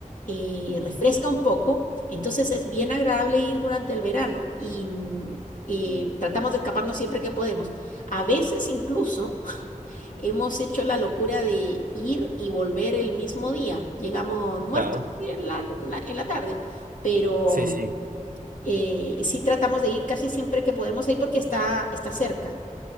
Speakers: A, on the left (about 65°); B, on the right (about 80°).
A: eh, refresca un poco, entonces es bien agradable ir durante el verano y mm, eh, tratamos de escaparnos siempre que podemos. A veces incluso <laughs> hemos hecho la locura de ir y volver el mismo día. Llegamos muertos
B: claro,
A: en la, la- en la tarde, pero
B: sí,
A: mm,
B: sí,
A: eh, sí tratamos de ir casi siempre que podemos ahí porque está, está cerca.